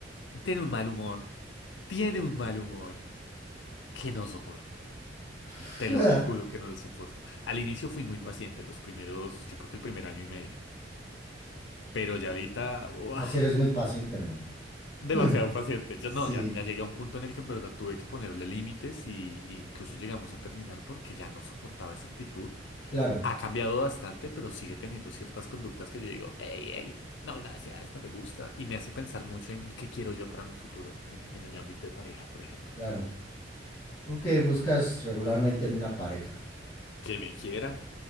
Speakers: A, on the left; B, on the left.
A: tiene un mal humor. Tiene un mal humor que no soporto.
B: <laughs>
A: Te lo juro que no lo soporto. Al inicio fui muy paciente, los primeros, yo creo que el primer año y medio. Pero ya ahorita, ¡buah!
B: Así eres muy paciente, hermano.
A: demasiado
B: <laughs>
A: paciente. Yo
B: Sí,
A: no, ya, ya llegué a un punto en el que en verdad tuve que ponerle límites y, y incluso llegamos a terminar porque ya no soportaba esa actitud.
B: claro,
A: Ha cambiado bastante, pero sigue teniendo ciertas conductas que yo digo, hey, hey, no, gracias, no me gusta. Y me hace pensar mucho en qué quiero yo para mi futuro, en, en el ámbito de pareja, por ejemplo.
B: claro. ¿Tú qué buscas regularmente en una pareja?
A: Que me quiera,